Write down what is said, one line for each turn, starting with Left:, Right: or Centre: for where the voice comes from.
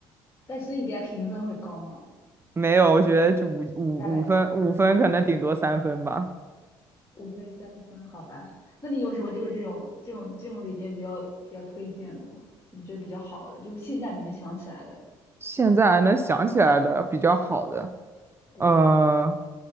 Left: 但是你给它评分会高吗？
Right: 没有，我觉得就五五五分，
Left: 大概多少分？
Right: 五分可能顶多三分吧。
Left: 五分三分，好吧？那你有什么就是这种这种这种里边比较比较推荐的，你觉得比较好的，就现在你能想起来的，
Right: 现在还能想起来的比较好的，
Left: 对，
Right: 呃，